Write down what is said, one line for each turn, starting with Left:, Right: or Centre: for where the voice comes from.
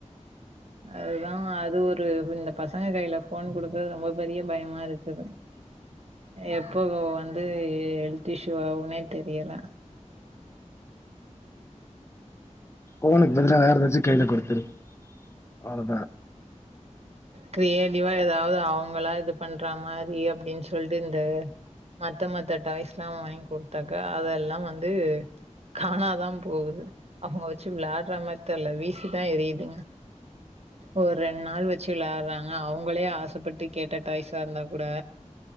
Right: அதுதா <unintelligible> இந்த பசங்க கைல ஃபோன் குடுக்கற்து ரொம்போ பெரிய பயமாருக் குது எப் போ வந்தூ ஹெல்த்திஷுவாவுனே தெரியல
Left: ஃபோனுக் பதிலா வேற எதாச்சி கைல குடுத் துரு அவ்ளோதா
Right: கிரெயேல் முடிவா ஏதாவது அவுங்களா இது பண்றா மாரி அப்பிடின் சொல்ட்டு இந்தே மத்த மத்த டாய்ஸ்ல்லா வாய்ங்கி கொடுத்தாக்கா அதெல்லா வந்தூ காணாதா போகுது அவுங்க வச்சி விளாட்ற மார் தெர்லெ வீசிதா எரியுதுங்க ஒர் ரெண் நாள் வெச் சி விளார்றாங்க அவுங்களே ஆசப்பட்டு கேட்டெ டாய்சாருந்தா குடே